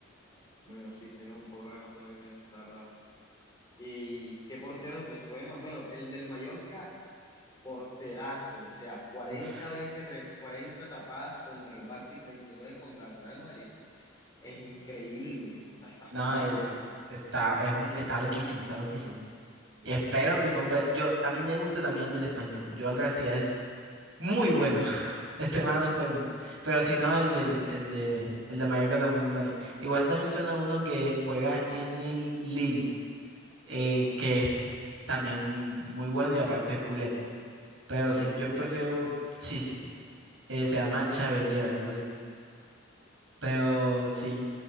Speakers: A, on the left (about 20°); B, on the right (about 65°).
A: Bueno, sí, tienes un poco de razón en eso, la verdad. ¿Y qué portero te suena? Bueno, el del Mallorca, porterazo, o sea, cuarenta
B: Uf,
A: veces, re- 40 tapadas contra el Barça y 39 contra el Real Madrid. Es increíble, o sea, estás
B: no,
A: prime.
B: es, está, es un, está loquísimo, está loquísimo. Y espero que compre. Yo, a mí me gusta también el del español. Joan García es muy bueno, <laughs> extremadamente bueno. Pero si no, el del, el de, el de Mallorca también bueno. Igual te menciona uno que juega en el Lille, eh, que es también muy bueno y aparte es culé. Pero
A: Sí,
B: si yo prefiero, sí, sí, sí. Eh, se llama Chabelier, algo así. Pero sí,